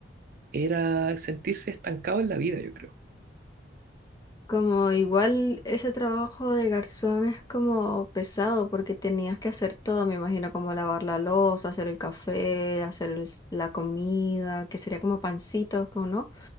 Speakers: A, on the right; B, on the left.
A: Era sentirse estancado en la vida, yo creo.
B: Como igual ese trabajo de garzón es como pesado porque tenías que hacer todo, me imagino, como lavar la loza, hacer el café, hacer el- la comida, que sería como pancitos, como no,